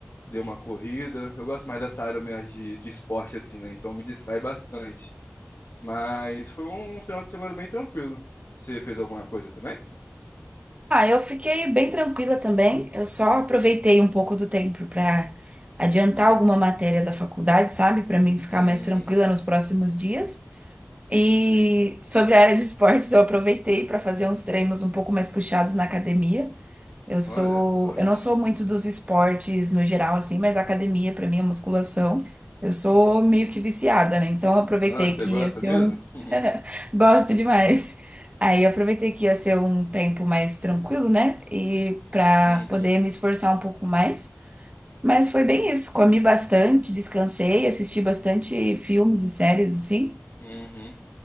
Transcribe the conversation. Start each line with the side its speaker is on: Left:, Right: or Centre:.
Left: dei uma corrida. Eu gosto mais dessa área mais de, de esporte assim, né? Então me distrai bastante. Mas foi um final de semana bem tranquilo. Você fez alguma coisa também?
Right: Ah, eu fiquei bem tranquila também. Eu só aproveitei um pouco do tempo para adiantar alguma matéria da faculdade, sabe? Para mim ficar
Left: Hum,
Right: mais tranquila nos próximos dias. E
Left: tem.
Right: sobre a área de esportes, eu aproveitei para fazer uns treinos um pouco mais puxados na academia. Eu sou,
Left: Olha, top.
Right: eu não sou muito dos esportes no geral, assim, mas a academia, pra mim, a musculação, eu sou meio que viciada, né? Então, eu aproveitei
Left: Nossa, você
Right: que
Left: gosta
Right: ia ser
Left: mesmo?
Right: uns.
Left: <laughs>
Right: <laughs> Gosto demais. Aí, eu aproveitei que ia ser um tempo mais tranquilo, né? E pra
Left: Uhum,
Right: poder me esforçar um pouco mais. Mas foi bem isso. Comi bastante, descansei, assisti bastante filmes e séries, assim.
Left: uhum.